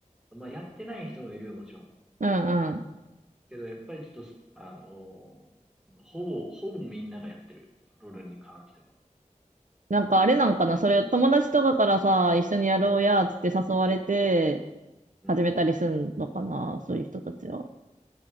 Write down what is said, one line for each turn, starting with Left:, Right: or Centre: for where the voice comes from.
Centre: まあ、やってない人もいるよ、もちろん。
Right: うんうん。
Centre: けど、やっぱりちょっと、あのーほぼ、ほぼみんながやってる。ロールに関しては。
Right: なんかあれなんかな、それを友達とかからさ、一緒にやろうや、つって誘われて、
Centre: うん。
Right: 始めたりすんのかな、そういう人たちは。